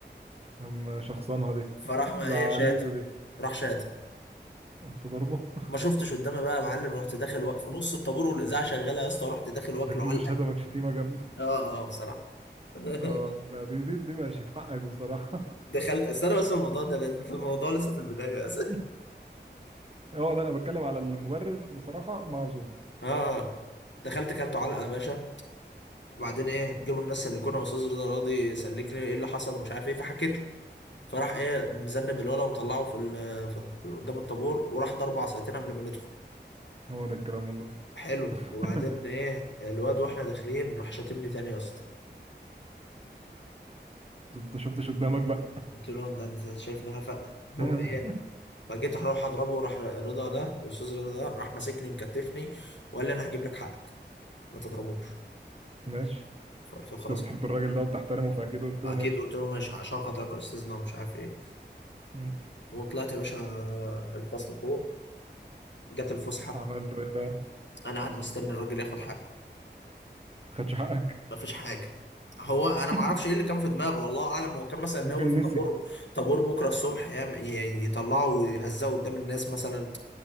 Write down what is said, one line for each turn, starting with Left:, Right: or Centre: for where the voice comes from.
Right: أما شخصنها دي
Left: فراح
Right: <laughs>
Left: ما
Right: زعلته
Left: ايه شات
Right: دي
Left: راح شات
Right: قمت ضربه <laughs>
Left: ما شفتش قدامي بقى يا معلم رحت داخل وقف في نص الطابور والاذاعه شغاله يا اسطى رحت داخل واكله
Right: شكله
Left: علقه
Right: شتمك شتيمة جامدة <laughs>
Left: اه اه بصراحه <laughs>
Right: اه لا دي دي دي ماشي حقك بصراحة
Left: دخلت استنى بس الموضوع ده لازم- الموضوع لسه في البدايه <laughs> بس
Right: <laughs> اه لا أنا بتكلم على المبرر بصراحة معذور
Left: اه اه دخلت كلته علقه يا باشا وبعدين ايه جابوا الناس سلكونا استاذ رضا راضي سلكني ايه اللي حصل ومش عارف ايه فحكيت فراح ايه مذنب الولا ومطلعه في, ال- في قدام الطابور وراح ضربه عصايتين قبل ما ندخل
Right: هو ده الكلام والله
Left: حلو
Right: <laughs>
Left: وبعدين ايه الواد واحنا داخلين راح شاتمني تاني يا اسطى
Right: انت شفتش قدامك بقى
Left: قلت له ده انت شايفني هفق المهم
Right: <laughs>
Left: فجيت هروح اضربه راح رضا ده الاستاذ رضا ده راح ماسكني مكتفني وقال لي انا هجيب لك حقك ما تضربوش
Right: ماشي
Left: فقلت له خلاص
Right: انت بتحب الراجل ده وبتحترمه فاكيد قلت له
Left: اكيد
Right: ماشي
Left: قلت له ماشي عشان خاطرك يا استاذنا ومش عارف ايه
Right: مم.
Left: وطلعت يا باشا الفصل فوق جت الفسحه
Right: عمل له ايه بقى
Left: انا قاعد مستني الراجل ياخد حقي
Right: خدش حقك
Left: مفيش حاجه هو انا
Right: <laughs>
Left: ما اعرفش ايه اللي كان في دماغه والله اعلم هو كان مثلا
Right: ممكن
Left: ناوي في
Right: نسي
Left: طابور طابور بكره الصبح يعم- ي- يطلعه ويهزقه قدام الناس مثلا